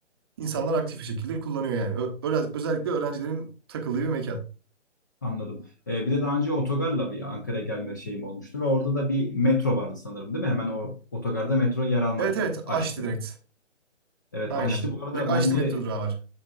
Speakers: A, on the right (about 20°); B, on the left (about 15°).
A: İnsanlar aktif bir şekilde kullanıyor yani. Ö- öğren- özellikle öğrencilerin takıldığı bir mekan.
B: Anladım. Ee, bir de daha önce otogarla bir Ankara'ya gelme şeyim olmuştu ve orada da bir metro vardı sanırım değil mi? Hemen o otogarda metro yer almakta.
A: Evet evet
B: Aşçı'da.
A: açtı direkt.
B: Evet
A: Aynen.
B: Aşçı bu arada
A: Direkt açtı
B: bence
A: metro durağı var.